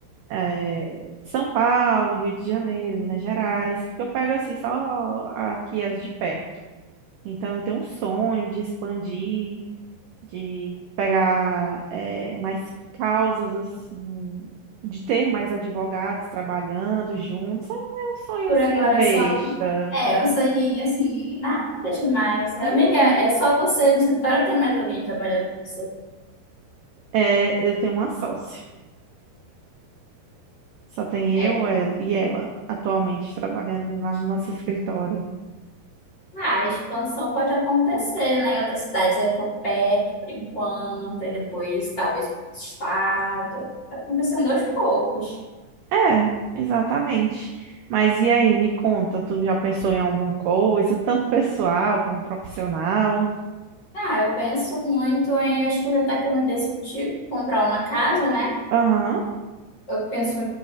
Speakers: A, on the right; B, on the left.
A: é, de São Paulo, Rio de Janeiro, Minas Gerais, porque eu pego, assim, só aqui as de perto. Então, eu tenho um sonho de expandir de pegar eh, mais causas assim, de ter mais advogados trabalhando juntos. É um sonhozinho
B: Por agora
A: besta.
B: só. É, um sonhinho assim, nada demais. Amiga,
A: Uhum.
B: é só você no escritório ou tem mais alguém trabalhando com você?
A: É, eu tenho uma sócia. Só tem
B: É.
A: eu ela, e ela atualmente trabalhando lá no nosso escritório.
B: Ah, a expansão pode acontecer, né? Em outras cidades aí por perto, por enquanto, e depois talvez para outro estado. Tá acontecendo aos poucos.
A: É, exatamente. Mas e aí, me conta, tu já pensou em alguma coisa, tanto pessoal como profissional?
B: Ah, eu penso muito em, acho que eu já até comentei isso contigo, comprar uma casa, né?
A: Aham,
B: Eu penso